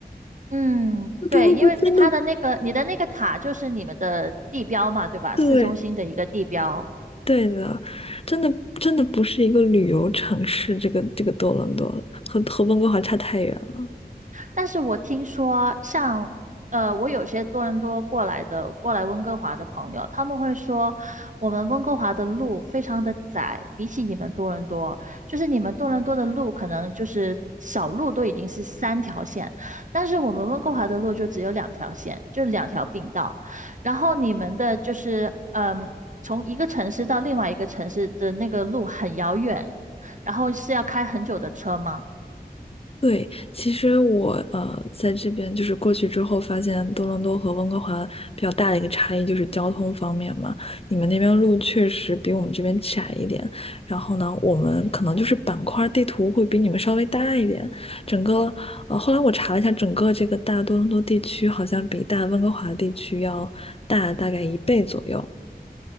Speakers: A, on the right; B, on the left.
A: 嗯，
B: <laughs>
A: 对，
B: 多伦多真的
A: 因为它的那个你的那个塔就是你们的地标嘛，对吧？
B: 对
A: 市中心的一个地标。
B: 对的，真的真的不是一个旅游城市，这个这个多伦多和和温哥华差太远了。
A: 但是我听说像，呃，我有些多伦多过来的，过来温哥华的朋友，他们会说，我们温哥华的路非常的窄，比起你们多伦多，就是你们多伦多的路可能就是小路都已经是三条线，但是我们温哥华的路就只有两条线，就两条并道，然后你们的就是，嗯，从一个城市到另外一个城市的那个路很遥远，然后是要开很久的车吗？
B: 对，其实我呃在这边就是过去之后，发现多伦多和温哥华比较大的一个差异就是交通方面嘛。你们那边路确实比我们这边窄一点，然后呢，我们可能就是板块地图会比你们稍微大一点。整个呃，后来我查了一下，整个这个大多伦多地区好像比大温哥华地区要大大概一倍左右，